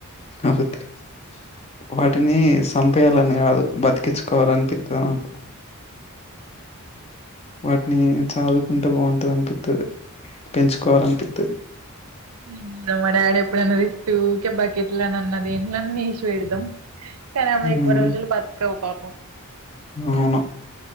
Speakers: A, on the left (about 30°); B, on the right (about 75°).
A: తినబుద్ది గాదు వాటిని సంపేయాలని గాదు బతికించుకోవాలనిపిత్తది నాకు వాటిని సాదుకుంటే బాగుంటది అనిపిత్తది పెంచుకోవాలనిపిత్తది
B: ఇంగ మా డాడీ ఎప్పుడన్నది ఊకే బాకీట్ల నన్నా దెంట్లన్నా ఏషి పెడతాం కరాబై
A: మ్మ్
B: ఎక్కువ రోజులు బతకవు పాపం
A: అవును